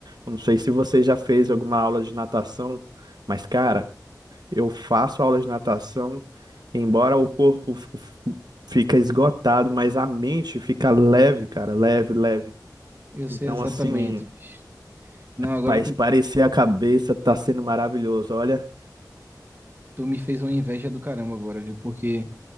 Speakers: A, on the right; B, on the right.
A: Eu não sei se você já fez alguma aula de natação, mas, cara, eu faço aula de natação, embora o corpo f- f- fica esgotado, mas a mente fica leve, cara, leve, leve.
B: Eu
A: Então,
B: sei exatamente,
A: assim,
B: bicho. Não, agora
A: para espairecer
B: tu,
A: a cabeça, tá sendo maravilhoso. Olha,
B: tu me fez uma inveja do caramba agora, viu? Porque